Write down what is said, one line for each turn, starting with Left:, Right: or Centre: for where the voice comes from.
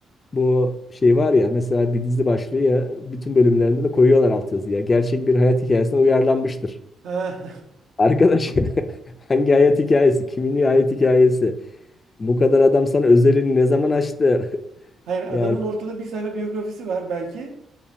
Left: Bu şey var ya mesela bir dizi başlıyor ya bütün bölümlerinde de koyuyorlar altyazıya. Gerçek bir hayat hikayesine uyarlanmıştır.
Right: Ha.
Left: Arkadaş <laughs> hangi hayat hikayesi? Kimin hayat hikayesi? Bu kadar adam sana özelini ne zaman açtı? <laughs>
Right: Hayır adamın
Left: Yani
Right: ortada bir sayfa biyografisi var belki